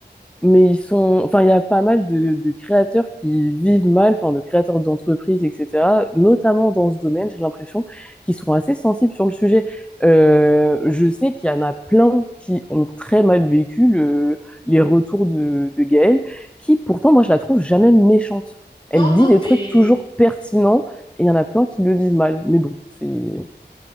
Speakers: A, in the centre; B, on the left.
A: Mais ils sont, enfin, il y a pas mal de, de créateurs qui vivent mal, enfin, de créateurs d'entreprises, etc., notamment dans ce domaine, j'ai l'impression, qu'ils sont assez sensibles sur le sujet. Euh, je sais qu'il y en a plein qui ont très mal vécu le, les retours de, de Gaëlle, qui pourtant, moi, je la trouve jamais méchante.
B: Non,
A: Elle dit
B: non,
A: des
B: mais
A: trucs toujours pertinents, et il y en a plein qui le vivent mal. Mais bon, c'est,